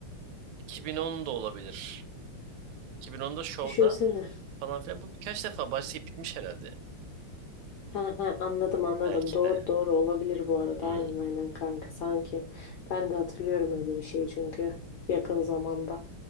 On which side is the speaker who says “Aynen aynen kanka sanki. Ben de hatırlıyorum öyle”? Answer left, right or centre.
Left